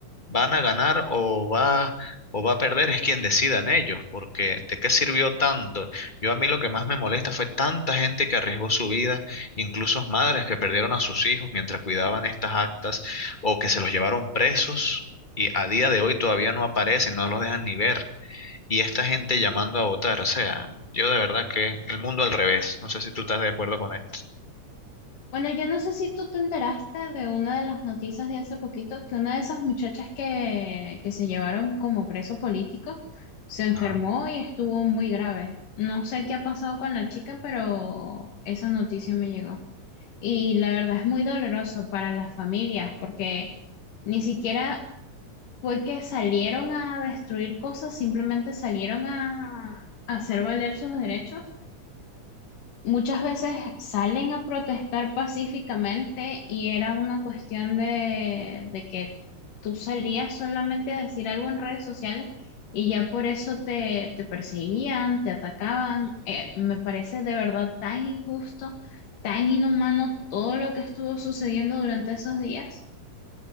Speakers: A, on the left; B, on the left.
A: van a ganar o va, o va a perder, es quien decidan ellos, porque ¿de qué sirvió tanto? Yo a mí lo que más me molesta fue tanta gente que arriesgó su vida, incluso madres que perdieron a sus hijos mientras cuidaban estas actas o que se los llevaron presos. Y a día de hoy todavía no aparecen, no los dejan ni ver y esta gente llamando a votar. O sea, yo de verdad que el mundo al revés. No sé si tú estás de acuerdo con esto.
B: Bueno, yo no sé si tú te enteraste de una de las noticias de hace poquito, que una de esas muchachas que, que se llevaron como preso político se enfermó
A: Ajá.
B: y estuvo muy grave. No sé qué ha pasado con la chica, pero esa noticia me llegó. Y la verdad es muy doloroso para las familias porque ni siquiera fue que salieron a destruir cosas, simplemente salieron a, a hacer valer sus derechos muchas veces salen a protestar pacíficamente y era una cuestión de, de que tú salías solamente a decir algo en redes sociales y ya por eso te, te perseguían, te atacaban. Eh, me parece de verdad tan injusto, tan inhumano todo lo que estuvo sucediendo durante esos días.